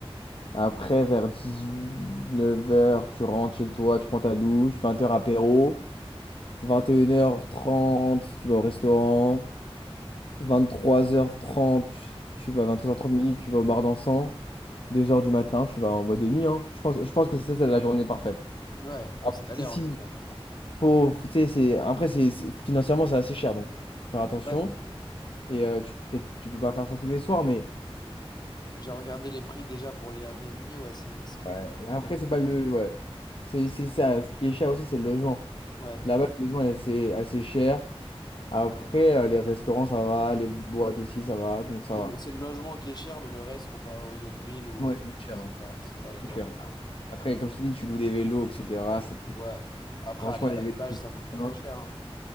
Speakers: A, on the left; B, on the left.
A: Après, vers dix-neuf heures, tu rentres chez toi, tu prends ta douche, Vingt heures apéro, Vingt et une heures trente, tu vas au restaurant, Vingt-trois heures trente, tu vas vingt-trois heures trente minutes, tu vas au bar dansant, Deux heures du matin, tu vas en boîte de nuit, hein. Je pense, je pense que ça, c'est la journée parfaite.
B: Ouais,
A: Après,
B: ça a
A: si,
B: l'air
A: si,
B: en tout cas.
A: faut, faut- tu sais, c'est, après, c'est, c'est- financièrement, c'est assez cher, donc faire attention.
B: Ouais,
A: Et euh, tu, peut-être, tu peux pas faire ça tous les soirs, mais
B: j'ai regardé les prix déjà pour les Airbnb, ouais, c'est, c'est,
A: Ouais, mais après, c'est pas le. Ouais. C'est
B: c'est-
A: c'est ça. Ce qui est cher aussi, c'est le logement.
B: ouais.
A: Là-bas, le logement est assez, assez cher. Après, euh, les restaurants, ça va. Les boîtes aussi, ça va. Donc, ça
B: C'est
A: va.
B: le, c'est le logement qui est cher, mais le reste comparé aux autres villes, ou au-
A: Ouais, c'est plus
B: c'est
A: cher.
B: c'est
A: hein.
B: pas, c'est
A: C'est
B: pas exorbitant.
A: plus cher. Après, comme je t'ai dit, tu loues des vélos, etc. Ça te coûte-
B: Ouais. Après,
A: Franchement,
B: aller à
A: les
B: la
A: vélos.
B: plage,
A: c'est-
B: ça coûte pas
A: Non,
B: très cher. hein.